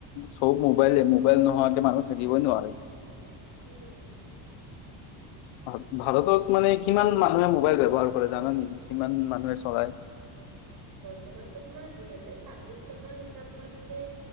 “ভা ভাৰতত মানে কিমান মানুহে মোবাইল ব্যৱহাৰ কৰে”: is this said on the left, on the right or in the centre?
Left